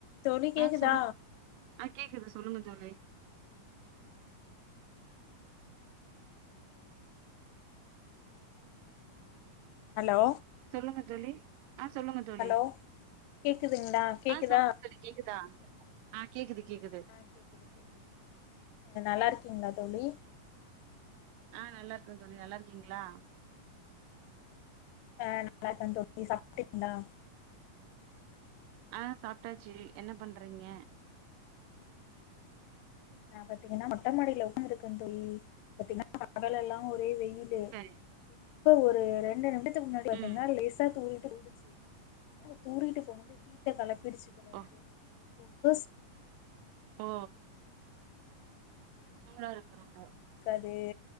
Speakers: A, on the left (about 85°); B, on the right (about 85°).
A: தோழி கேக்குதா
B: ஆ சொல்லுங் ஆ கேக்குது சொல்லுங்க தோழி
A: ஹலோ
B: சொல்லுங்க தோழி ஆ சொல்லுங்க தோழி
A: ஹலோ கேக்குதுங்களா கேக்குதா
B: ஆ சொல்லுங்க தோழி கேக்குதா ஆ கேக்குது கேக்குது
A: ஆ கேக்குது கேக்குது நல்லா இருக்கீங்ளா தோழி
B: ஆ நல்லா இருக்கற தோழி நல்லா இருக்கீங்ளா
A: ஆநல்லா இருக்க தோழி சாப்ட்டீங்ளா
B: ஆ சாப்ட்டாச்சி என்ன பண்றீங்க
A: நா பாத்தீங்கனா மொட்ட மாடியில உக்காந்திருக்க தோழி பாத்தீங்கனா பகல் எல்லா ஒரே வெயில் லு
B: சரி
A: இப்ப ஒரு ரெண்டு நிமிடத்துக்கு முன்னாடி பாத்தீங்னா
B: ம்
A: லேசா தூரிட்டு போயிடுச்சி ஆ தூறிட்டு போனது ஹீட்ட கலப்பிடுச்சி போலருக்கு
B: ஓ
A: ரொம்ப சூ
B: ஓ மேல இருகுறாகோ
A: கது